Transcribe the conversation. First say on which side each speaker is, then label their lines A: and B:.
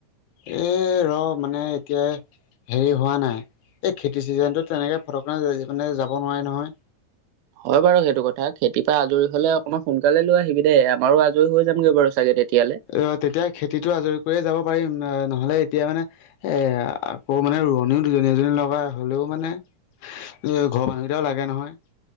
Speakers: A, on the left; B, on the right.
A: এ ৰ মানে এতিয়া হেৰি হোৱা নাই এই খেতি চিজনটো তেনেকে ফ মে যাব নোৱি নহয়।
B: হয় বাৰু সেইটো কথা খেতিৰ পৰা আজৰি হলে অকমান সোনকালে লৈ আহিবি দেই আমাৰো আজৰি হৈ যামগৈ বাৰু চাগে তেতিয়ালে
A: অ, তেতিয়া খেতিতটো আজৰি কৰিয়ে যাব পাৰিম অ, নহ'লে এতিয়া মানে এ আকৌ মানে ৰোৱনীও দুজনী এজনী লগা হ'লেও মানে ঘৰৰ মানুহকেইটাও লাগে নহয়।